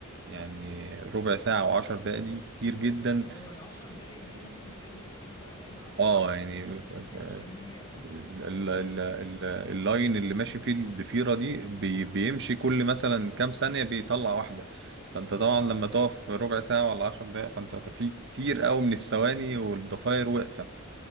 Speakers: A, on the right; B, on the left.
A: يعني ربع ساعة أو عشر دقايق دي كتير جدا
B: ما هو العشر دقايق دي ممكن بتنتج كذا حاجة أعتقد
A: اه يعني
B: صح؟
A: ف-
B: بتنتج
A: ف-
B: كمية يعني
A: ال- ال- ال- اللاين اللي ماشي فيه الضفيرة دي بي- بيمشي كل مثلا كام ثانية بيطلع واحدة فانت طبعا لما تقف ربع ساعة ولا عشر دقايق فانت في كتير قوي من الثواني والضفاير واقفة